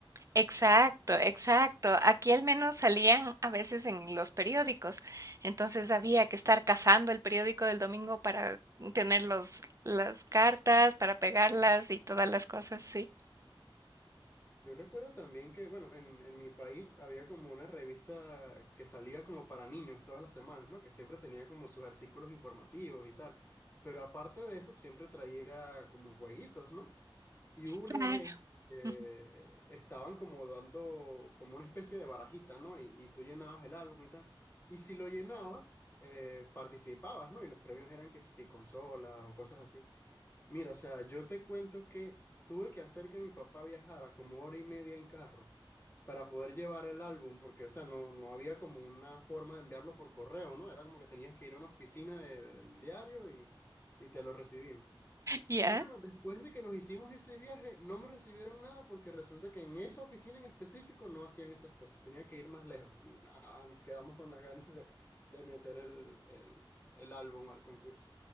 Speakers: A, on the right; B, on the left.
A: exacto, exacto. Aquí al menos salían a veces en los periódicos, entonces había que estar cazando el periódico del domingo para tener los, las cartas, para pegarlas y todas las cosas, sí.
B: Yo recuerdo también que, bueno, en, en mi país había como una revista que salía como para niños todas las semanas, ¿no? Que siempre tenía como sus artículos informativos y tal. Pero aparte de eso, siempre traía como jueguitos, ¿no? Y una
A: Claro.
B: vez eh,
A: <laughs>
B: estaban como dando como una especie de barajita, ¿no? Y, y tú llenabas el álbum y tal. Y si lo llenabas, eh, participabas, ¿no? Y los premios eran que si consolas o cosas así. Mira, o sea, yo te cuento que tuve que hacer que mi papá viajara como hora y media en carro para poder llevar el álbum, porque, o sea, no, no había como una forma de enviarlo por correo, ¿no? Era como que tenías que ir a una oficina de- del diario y, y te lo recibían.
A: ¿Ya?
B: Y bueno, después de que nos hicimos ese viaje, no me recibieron nada porque resulta que en esa oficina en específico no hacían esas cosas, tenía que ir más lejos y nada, nos quedamos con las ganas de, de meter el, el el álbum al concurso.